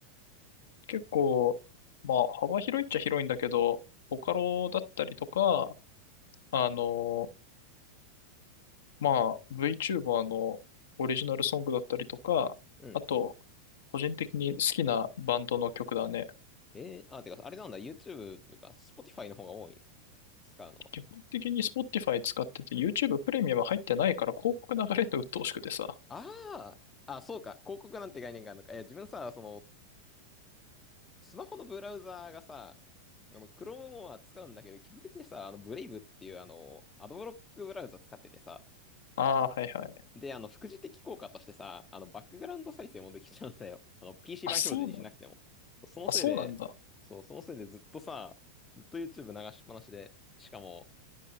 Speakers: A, on the left; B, on the left.
A: 結構、まあ幅広いっちゃ広いんだけど、ボカロだったりとか、あの、まあ VTuber のオリジナルソングだったりとか、
B: うん。
A: あと、個人的に好きなバンドの曲だね。
B: えー、あ、てか、あれなんだ、YouTube というか、Spotify の方が多いの使うのは。
A: 基本的に Spotify 使ってて YouTube プレミアム入ってないから広告流れるの鬱陶しくてさ。
B: ああ、あ、そうか、広告なんて概念があるのか。いや、自分さ、その、スマホのブラウザーがさ、あの Chrome は使うんだけど、基本的にさ、あの、Brave っていう、あの、アドブロックブラウザ使っててさ、
A: ああはいはい。
B: で、あの、副次的効果としてさ、あの、バックグラウンド再生もできちゃうんだよ。あの、PC
A: あ、
B: 版表示にしなくても。
A: そうなんだ。
B: そのせいで、
A: あ、そうなんだ。
B: そう、そのせいでずっとさ、ずっと YouTube 流しっぱなしで、しかも、